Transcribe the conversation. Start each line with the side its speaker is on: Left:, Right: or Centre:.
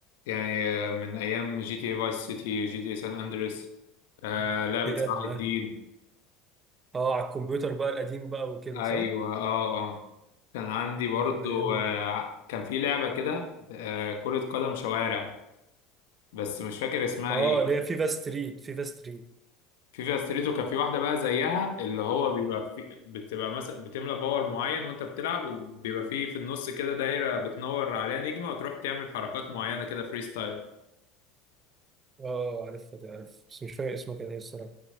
Left: يعني آه، من ايام جي تي اي فايس سيتي جي تي اي سان اندريس آه لعبة
Right: ياه.
Left: صلاح الدين
Right: اه على الكمبيوتر بقى القديم بقى وكده
Left: ايوه
Right: صح
Left: اه اه كان عندي برضو
Right: اه ايام
Left: آه كان في لعبة كده آه كرة قدم شوارع بس مش فاكر اسمها
Right: اه
Left: ايه
Right: اللي هي فيفا ستريت فيفا ستريت
Left: فيفا ستريتو كان في واحده بقى زيها اللي هو بيبقى في بتبقى مثلا بتملى باور معين وانت بتلعب وبيبقى فيه في النص كده دايره بتنور عليها نجمه وتروح تعمل حركات معينه كده فري ستايل
Right: اه عارفها دي عارف بس مش فاكر اسمها كان ايه الصراحه